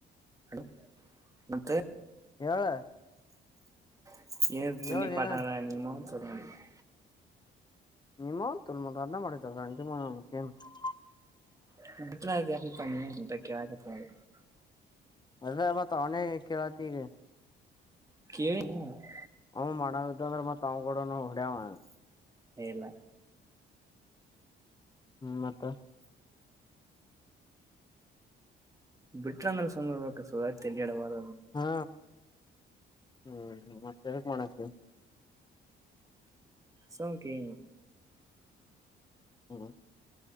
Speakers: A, on the right; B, on the left.
A: ಹಲೋ ನತ್ತೆ
B: ಹೇಳಳಾ
A: <unintelligible>
B: ಹೇಳ ನೀನ <unintelligible>
A: <unintelligible>
B: <unintelligible>
A: <unintelligible>
B: ಹ್ ಮಾಡವಿದ್ದಂದ್ರೆ ಮತ್ ಅವ್ಗಡ ಹೊಡ್ಯವ.
A: ಹಲ್ಲ
B: ಹ್ಮ್ ಮತ್ತ.
A: ಬಿಟ್ರಾಂದರ ಸಮ ಸ ತಿಲ್ಲಿಿಡವಾರ
B: ಹಾ ಹ್ಮ ಮತ್ತೆ ಹೇಕ್ ಮಾಡತ.
A: ಸಂಕೀ.
B: ಹ್ಮ್